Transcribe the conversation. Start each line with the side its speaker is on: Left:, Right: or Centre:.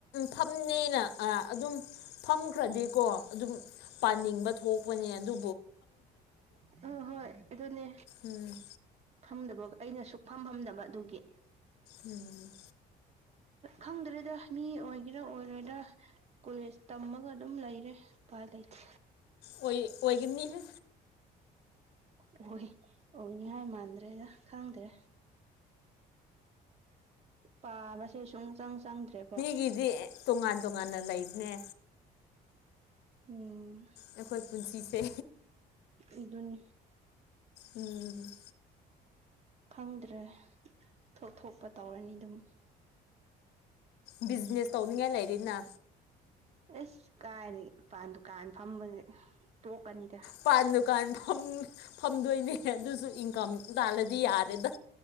Left: ꯐꯝꯅꯦꯅ ꯑꯗꯨꯝ ꯐꯝꯈ꯭ꯔꯗꯤꯀꯣ ꯑꯗꯨꯝ ꯄꯥꯅꯤꯡꯕ ꯊꯣꯛꯄꯅꯦ ꯑꯗꯨ
Right: ꯍ ꯍꯣꯏ ꯑꯗꯨꯅꯦ
Left: ꯎꯝ
Right: ꯐꯝꯗꯕ ꯑꯩꯅ ꯁꯨꯛ ꯐꯝ ꯐꯝꯗꯕ ꯑꯗꯨꯒꯤ
Left: ꯎꯝ
Right: ꯈꯪꯗꯔꯤꯦꯗ ꯃꯤ ꯑꯣꯏꯒꯦꯔꯥ ꯑꯣꯏꯔꯣꯏꯗꯥ ꯀꯣꯂꯦꯖ ꯇꯝꯃꯒ ꯑꯗꯨꯝ ꯂꯩꯔꯦ ꯎꯄꯥꯏ ꯂꯩꯇꯦ
Left: ꯑꯣꯏ ꯑꯣꯏꯒꯤꯅꯤꯍꯦ
Right: ꯎ ꯑꯣꯏ ꯑꯣꯏꯅꯤꯉꯥꯏ ꯃꯥꯟꯗ꯭ꯔꯦꯗ ꯈꯪꯗ꯭ꯔꯦ ꯄꯥꯕꯁꯨ ꯁꯨꯡꯆꯪ ꯆꯪꯗ꯭ꯔꯦꯀꯣ
Left: ꯁꯤꯗꯤ ꯇꯣꯉꯥꯟ ꯇꯣꯉꯥꯟꯅ ꯂꯩꯕꯅꯦ
Right: ꯎꯝ
Left: ꯑꯩꯈꯣꯏ ꯄꯨꯟꯁꯤꯁꯦ
Right: ꯑꯗꯨꯅꯤ
Left: ꯎꯝ
Right: ꯐꯪꯗ꯭ꯔꯦ ꯊꯣꯛ ꯊꯣꯛꯄ ꯇꯧꯔꯅꯤ ꯑꯗꯨꯝ
Left: ꯕꯤꯖꯤꯅꯦꯁ ꯇꯧꯅꯤꯡꯉꯥꯏ ꯂꯩꯔꯤꯅ
Right: ꯑꯁ ꯀꯥꯏꯗꯒꯤ ꯄꯥꯟ ꯗꯨꯀꯥꯟ ꯐꯝꯕꯁꯦ ꯇꯣꯛꯀꯅꯤꯗ
Left: ꯄꯥꯟ ꯗꯨꯀꯥꯟ ꯐꯝ ꯐꯝꯗꯣꯏꯅꯦ ꯑꯗꯨꯁꯨ ꯏꯟꯀꯝ ꯇꯥꯜꯂꯗꯤ ꯌꯥꯔꯦꯗ